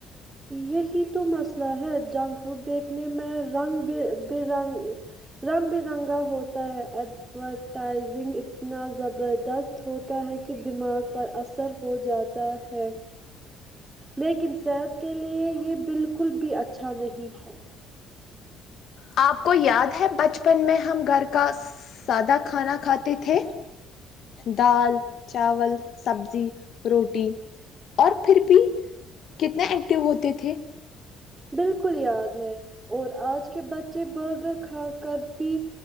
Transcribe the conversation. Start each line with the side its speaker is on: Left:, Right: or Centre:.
Right: یہی تو مسئلہ ہے جنک فوڈ دیکھنے میں رنگ ب بے رنگ رنگ برنگا ہوتا ہے ادورتیزنگ اتنا زبردست ہوتا ہے کہ دماغ پر اثر ہو جا تا ہے لیکن صحت کے لیے یہ بالکل بھی اچھا نہیں ہے
Left: آپ کو یاد ہے بچپن میں ہم گھر کا سادہ کھانا کھاتے تھے دال چاول سبزی روٹی اور پھر بھی کتنے ایکٹو ہوتے تھے
Right: بالکل یاد ہے اور آج کے بچے برگر کھا کر بھی